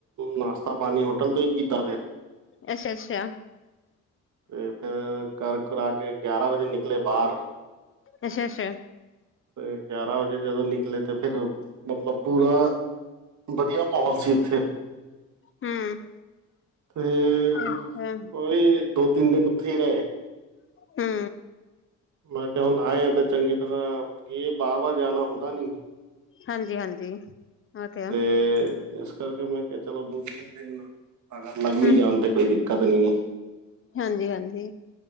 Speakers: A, on the right; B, on the left.
A: ਨਾਸ਼ਤਾ-ਪਾਣੀ ਹੋਟਲ ਤੋਂ ਈ ਕੀਤਾ ਫੇਰ।
B: ਅੱਸਾ਼, ਅੱਸਾ਼।
A: ਤੇ ਫੇਰ ਕਰ ਕਰਾ ਕੇ ਗਿਆਰਾਂ ਵਜੇ ਨਿਕਲੇ ਬਾਰ।
B: ਅੱਛਾ ਅੱਛਾ
A: ਫੇਰ ਗਿਆਰਾਂ ਵਜੇ ਜਦੋਂ ਨਿਕਲੇ ਤੇ ਫਿਰ ਮਤਲਬ ਪੂਰਾ ਵਧੀਆ ਮਹੌਲ ਸੀ ਉਥੇ।
B: ਹਮ
A: ਤੇ ਫਿਰ
B: ਅੱਛਾ
A: ਓਹੀ ਦੋ-ਤਿੰਨ ਦਿਨ ਉੱਥੇ ਈ ਰਏ।
B: ਹੂੰ।
A: ਮੈਂ ਕਿਆ ਹੁਣ ਆਏਆ ਤੇ ਚੰਗੀ ਤਰ੍ਹਾਂ, ਕੀ ਬਾਰ-ਬਾਰ ਜਾਣਾ ਹੁੰਦਾ ਨੀ।
B: ਹਾਂਜੀ, ਹਾਂਜੀ। ਉਹ ਆ
A: ਤੇ ਏਸ ਕਰਕੇ ਮੈਂ ਕਿਆ ਚਲੋ ਦੋ-ਤਿੰਨ ਦਿਨ ਲਾ ਅਗਰ ਲੱਗ ਵੀ
B: ਹਮ
A: ਜਾਣ ਤੇ ਕੋਈ ਦਿੱਕਤ ਨੀ ਐ।
B: ਹਾਂਜੀ, ਹਾਂਜੀ।